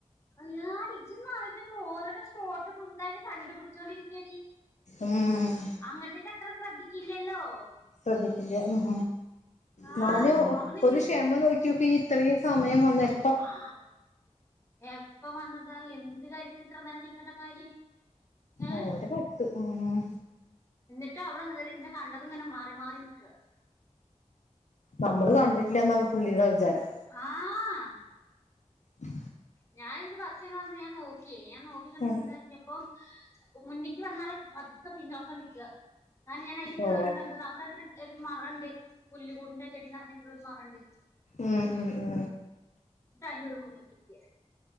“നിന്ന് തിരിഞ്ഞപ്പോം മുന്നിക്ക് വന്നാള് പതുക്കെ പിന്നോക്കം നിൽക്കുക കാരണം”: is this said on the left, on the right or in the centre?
Left